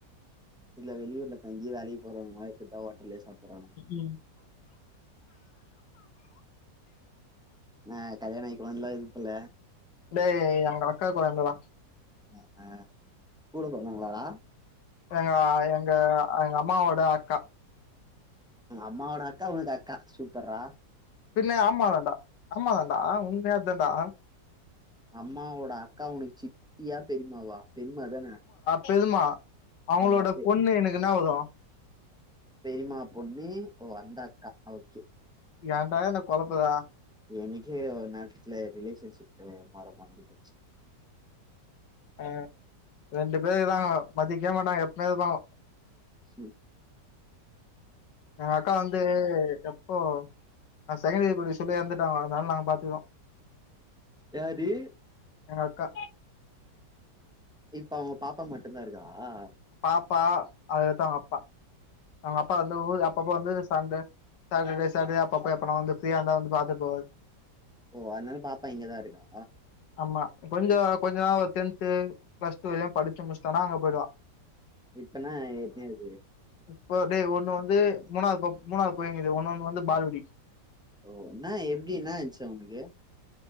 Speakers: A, in the centre; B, on the left.
A: இல்ல வெளியூர்ல தங்கி வேலைக்கு போறவங்களா இப்பிட்தா ஹோட்டல்லயே சாப்புறாங்க
B: ம்
A: என்னா கல்யாண ஆயி கொழந்தலா இருக்குல
B: டேய் அவங்க அக்கா கொழந்தடா
A: அ ஆ கூட பொறந்தவங்களாட
B: எங்க எங்க எங்க அம்மாவோட அக்கா
A: உங்கம்மாவோட அக்கா உனக்கு அக்கா சூப்பர்ரா
B: இல்ல அம்மா தாண்டா அம்மா தாண்டா ஆ உண்மையாதண்டா
A: அம்மாவோட அக்கா ஒனக்கு சித்தியா பெரிம்மாவா பெரிம்மா தான
B: பெரிம்மா அவங்களோட
A: ஆ பெ
B: பொண்ணு எனக்கு என்னா வேனு
A: பெரிம்மா பொண்ணு வந்தாக்கா ஓகே
B: ஏண்டா என்ன கொலப்புர
A: எனக்கே நேரத்துல ரிலேஷன்ஷிப்பு மரமா வந்து போச்சு
B: அ ரெண்டு பேரு இருக்குறாங்கோ மதிக்கவே மாட்டாங்க எப்பமே இருப்பாங்க
A: செரி
B: ஏன் அக்கா வந்து எப்போ நா செகண்ட் இயர் படிக்க சொல்ல எறந்துட்டாங்க அதுனால நாங்க பாத்துக்குறோ
A: யாரி
B: எங்கக்கா
A: இப்ப அவுங்க பாப்பா மட்டு்தா இருக்காலா
B: பாப்பா அதுகடுத்து அவுங்கப்பா அவுங்கப்பா வந்து ஊருக்கு அப்பப்ப வந்து சண்ட சாட்டர்டே சாட்டர்டே அப்பப்ப எப்பனா வந்து ப்ஃரீயா இருந்தா வந்து பாத்துட்டு போவாரு
A: ஓ அதுனால பாப்பா இங்கதா இருக்கா
B: ஆமா கொஞ்ச கொஞ்ச நாள் ஒரு டென்து பிளஸ் டூ எதுனா படிச்சு முடிச்ட்டானா அங்க போயிடுவ
A: இப்பனா எத்தி அது
B: இப்ப வந்து ஒண்ணு வந்து மூணாவது போ மூணாவது போயுங்குது ஒன்னு ஒன்னு வந்து பால்வடி
A: ஓ என்னா எப்டி என்னாச்சு ஒனக்கு